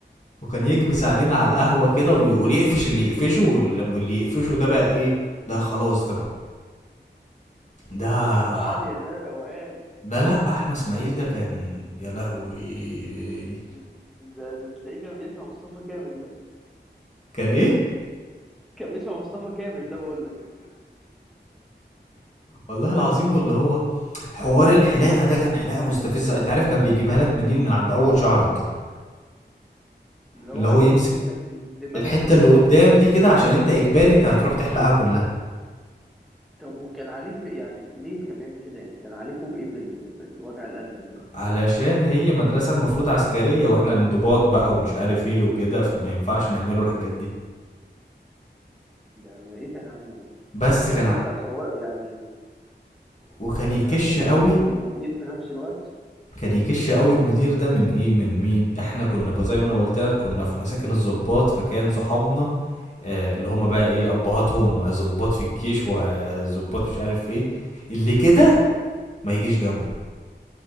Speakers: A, on the left; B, in the centre.
A: وكان يكبس علينا على القهوة كده ويقول يقفش اللي يقفشه واللي اللي يقفشه ده بقى ايه
B: <laughs>
A: ده خلاص ده بقى ده
B: ده دماغه عالية ده روقان
A: ده لا احمد اسماعيل ده كان يا لهوي
B: ده, ده, ده تلاقيه كان بيسمع مصطفى كامل ده
A: كان ايه
B: كان بيسمع مصطفى كامل ده بقول لك
A: والله العظيم واللي هو حوار الحلاقه ده كان حلاقه مستفزه انت عارف كان بيجيبها لك منين من عند اول شعرك كده
B: اللي هو
A: اللي هو
B: يقوم
A: يمسك
B: واخد لك الدماغ
A: الحته
B: كلها
A: اللي قدام دي كده عشان انت اجباري انت هتروح تحلقها كلها
B: طب وكان عليك ب... يعني ليه كان بيعمل كده يعني كان عليكوا بإيه بال... بالوجع القلب ده
A: علشان هي مدرسه المفروض عسكريه واحنا انضباط بقى ومش عارف ايه وكده فما ينفعش نعمله الحاجات دي
B: ده إيه ده يا عم ده
A: بس
B: وفي الآخر
A: كان ع-
B: يطلع سواق يعني
A: وكان
B: سواق
A: يكش
B: آه،
A: قوي
B: ميكروباص ومدير في نفس الوقت
A: كان
B: الجديدة
A: يكش قوي
B: دي
A: المدير ده من ايه من مين احنا كنا ب- زي ما انا قلت لك كنا في مساكن الضباط فكان صحابنا آه اللي هم بقى
B: اه
A: ايه ابهاتهم ضباط في الجيش وضباط مش عارف ايه اللي كده
B: اه
A: ما يجيش جنبه